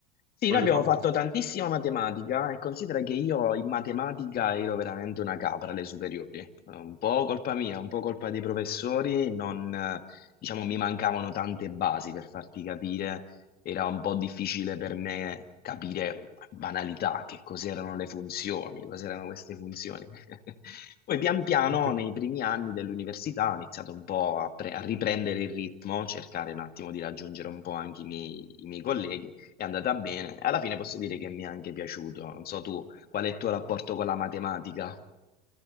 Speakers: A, on the left; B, on the right.
A: Sì,
B: l'avete
A: noi abbiamo
B: fatto.
A: fatto tantissima matematica e considera che io in matematica ero veramente una capra alle superiori. Eh, Un po' colpa mia, un po' colpa dei professori, non, eh, diciamo, mi mancavano tante basi per farti capire. Era un po' difficile per me capire banalità, che cos'erano le funzioni, cos'erano queste funzioni. <laughs> Poi pian piano,
B: A te.
A: nei primi anni dell'università, ho iniziato un po' a, pre- a riprendere il ritmo, cercare un attimo di raggiungere un po' anche i miei i miei colleghi è andata bene. Alla fine posso dire che mi è anche piaciuto. Non so tu, qual è il tuo rapporto con la matematica?